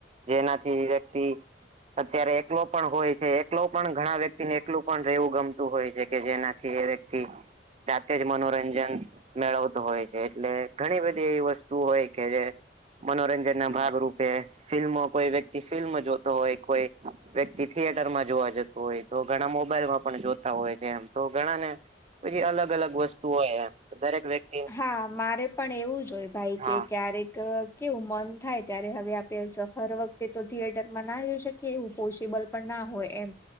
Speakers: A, on the right; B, on the left.
A: જેનાથી વ્યક્તિ અત્યારે એકલો પણ હોય છે એકલો પણ ઘણા વ્યક્તિને એકલું પણ રહેવું ગમતું હોય છે કે જેનાથી એ વ્યક્તિ જાતે જ મનોરંજન મેળવતું હોય છે એટલે ઘણી બધી એવી વસ્તુ તુ હોય કે જે મનોરંજન ના ભાગરૂૂપે ફિલ્મો કોઈ વ્યક્તિ ફિલ્મ જોતો હોય કોઈ વ્યક્તિ થિયેટર માં જોવા જ તું હોય તો ઘણા મોબાઈલમાં પણ જોતા હોય છે એમ તો ઘણા ને પછી અલગ અલગ વસ્તુ હોય એમ દરેક વ્યક્તિ
B: હા મારે પણ એવું જ હોય ભાઈ
A: હા
B: કે ક્યારેક કેવું મન થાય ત્યારે હવે આપે હર વખ તે તો થિયેટરમાં ના જઈ શકીએ એવું પોસિબલ પણ ના હોય એમ